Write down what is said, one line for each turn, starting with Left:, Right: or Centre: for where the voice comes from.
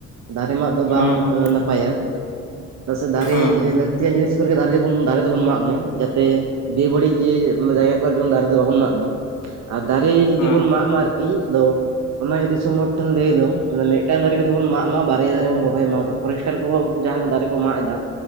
Right: ᱫᱟᱨᱮ ᱢᱟᱜ ᱫᱚ ᱵᱟᱝ
Left: ᱦᱩᱸ ᱦᱩᱸ
Right: ᱱᱟᱯᱟᱭᱟ ᱛᱚ, ᱯᱟᱥᱮ ᱫᱟᱨᱮ
Left: ᱦᱩᱸ
Right: ᱞᱟᱠ ᱛᱤᱭᱟᱱ ᱡᱤᱱᱤᱥ ᱠᱚᱨᱮ ᱜᱮ ᱫᱟᱨᱮ ᱫᱚᱵᱚᱱ ᱫᱟᱨᱮ ᱫᱚᱵᱚᱱ ᱢᱟᱜ ᱢᱟ ᱡᱟᱛᱮ ᱵᱮ ᱵᱟᱹᱲᱤᱡ ᱡᱮ ᱢᱟᱱᱮ ᱡᱟᱭᱜᱟ ᱠᱚᱨᱮ ᱡᱮᱢᱚᱱ ᱫᱟᱨᱮ ᱫᱚ ᱵᱟᱵᱚᱱ ᱢᱟᱜ ᱢᱟ ᱟᱨ ᱫᱟᱨᱮ ᱡᱩᱫᱤ
Left: ᱦᱩᱸ
Right: ᱵᱚᱱ ᱢᱟᱜ ᱢᱟ ᱟᱨᱠᱤ ᱟᱫᱚ ᱚᱱᱟ ᱜᱮ ᱫᱤᱥᱚᱢ ᱦᱚᱲ ᱴᱷᱮᱱ ᱞᱟᱹᱭ ᱫᱚ ᱢᱤᱫ ᱴᱟᱝ ᱫᱟᱨᱮ ᱡᱚᱫᱤ ᱵᱚᱱ ᱢᱟᱜ ᱢᱟ ᱵᱟᱨᱭᱟ ᱫᱟᱨᱮ ᱵᱚᱱ ᱨᱚᱦᱚᱭ ᱢᱟ ᱯᱷᱚᱨᱮᱥᱴᱟᱨ ᱠᱚᱦᱚᱸ ᱩᱝᱠᱩ ᱡᱟᱦᱟᱸ ᱠᱚ ᱫᱟᱨᱮ ᱠᱚ ᱢᱟᱜ ᱮᱫᱟ